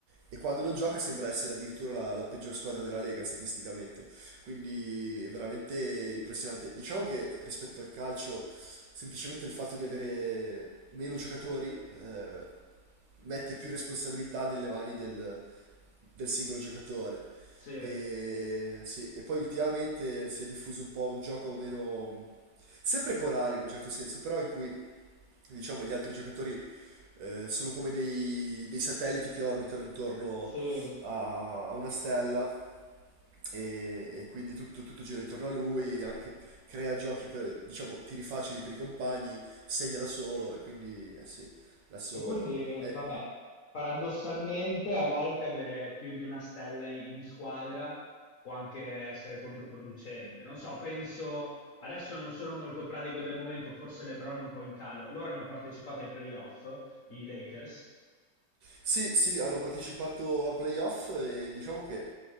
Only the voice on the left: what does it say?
Sì,
sì.
E quindi,
vabbè, paradossalmente a volte avere più di una stella in squadra può anche essere controproducente. Non so, penso, adesso non sono molto pratico del momento, forse LeBron è un po' in calo. Loro hanno partecipato ai playoff, i Lakers.